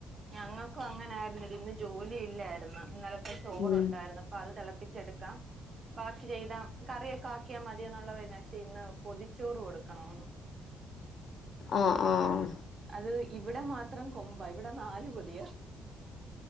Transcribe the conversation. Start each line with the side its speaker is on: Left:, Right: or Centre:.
Right: ഞങ്ങക്കും അങ്ങനായിരുന്നെടി ഇന്ന് ജോലി ഇല്ലാരുന്ന് ഇന്നലത്തെ ചോറൊണ്ടാരുന്ന്
Left: ഉം
Right: അപ്പത് തെളപ്പിച്ചെടുക്കാം ബാക്കി ചെയ്താം കറിയക്കെ ആക്കിയാമതിയെന്നുള്ളതാര്ന്ന് ഇന്ന് പൊതിച്ചോറ് കൊടുക്കണംന്ന്
Left: ആഹ് ആഹ്
Right: അത് ഇവിടെ മാത്രം കൊമ്പാ ഇവിടെ നാല് പൊതിയാ